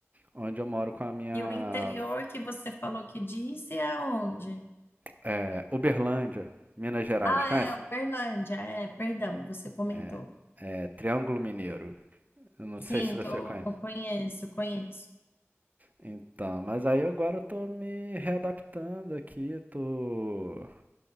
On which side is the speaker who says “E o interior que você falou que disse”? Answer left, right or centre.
Left